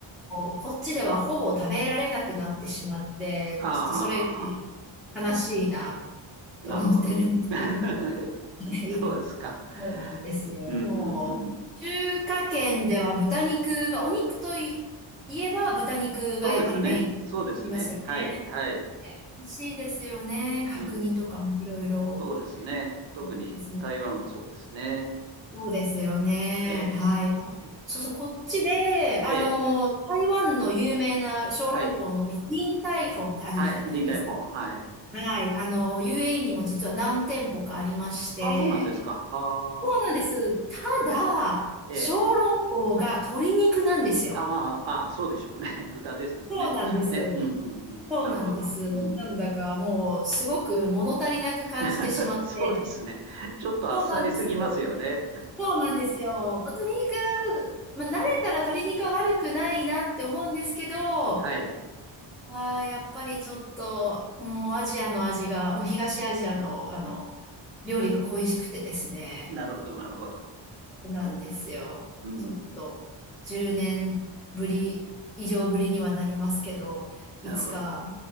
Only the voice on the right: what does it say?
ああ、
ははは。
なるほど。
<laughs>
そうですか。
うんうんうん。
そうですね。そうですね。はい。はい。
うんそうですね。特に台湾もそうですね。
え
ー、す
ええ
はい、
はい、リンタイフォン、はい。
あ、そうなんですか。はあ
ええ
ああああそうでしょうね。<laughs> 豚ですもんね、
こっちはね。うんうんうん。
なるほど。うん。
<laughs> そうですね。ちょっとあっさりすぎますよね。
はい。
なるほど、なるほど。
うん。
なるほど。